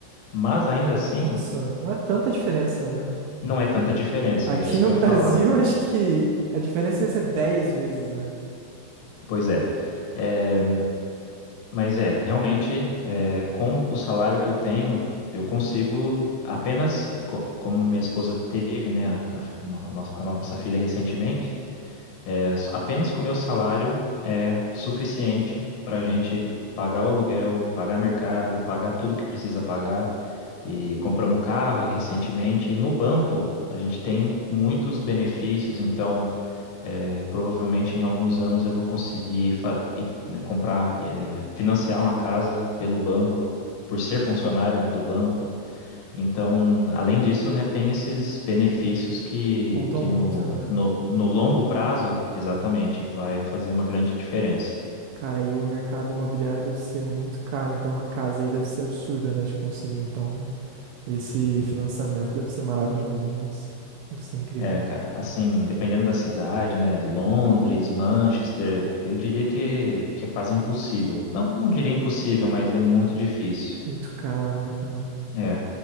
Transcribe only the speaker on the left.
Mas ainda assim,
não é tanta diferença,
é isso
que eu ia
falar.
Pois é. É, Mas é, realmente, é, com o salário que eu tenho, eu consigo apenas, é, co- como minha esposa teve, né, a, uma- a nossa, a nossa filha recentemente, é, s- apenas com o meu salário é suficiente para a gente pagar o aluguel, pagar mercado, pagar tudo que precisa pagar. E compramos carro recentemente. E no banco, a gente tem muitos benefícios, então. É, provavelmente em alguns anos eu vou conseguir fa- ir, né, comprar, é, financiar uma casa pelo banco, por ser funcionário, né, do banco. Então, além disso, né, tem esses benefícios que,
que
no,
no, no longo prazo, exatamente, vai fazer uma grande diferença.
É, cara, assim, dependendo da cidade, né, Londres, Manchester, eu diria que, que é quase impossível. Não, não diria impossível, mas é muito difícil.
É.